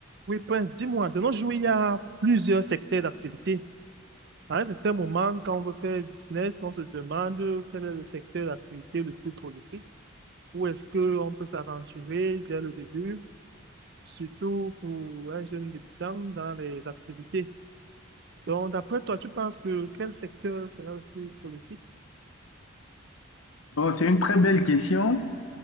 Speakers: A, on the right; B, on the left.
A: Oui, Prince, dis-moi, de nos jours, il y a plusieurs secteurs d'activité. À un certain moment, quand on veut faire business, on se demande quel est le secteur d'activité le plus prolifique, où est-ce qu'on peut s'aventurer dès le début, surtout pour un jeune débutant dans les activités. Donc, d'après toi, tu penses que quel secteur sera le plus prolifique?
B: Bon, c'est une très belle question.